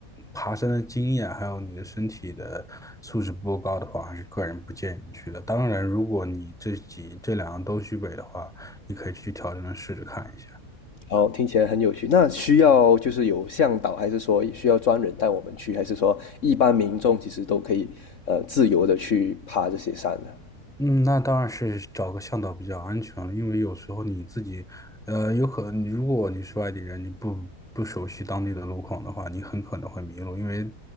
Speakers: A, in the centre; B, on the left (about 50°).
A: 爬山的经验，还有你的身体的素质不够高的话，还是个人不建议你去的。当然，如果你这几这两样都具备的话，你可以去挑战的试着看一下。
B: 哦，听起来很有趣。那需要就是有向导，还是说需要专人带我们去，还是说一般民众其实都可以呃自由的去爬这些山呢？
A: 嗯，那当然是找个向导比较安全了，因为有时候你自己，呃，有可能如果你是外地人，你不不熟悉当地的路况的话，你很可能会迷路，因为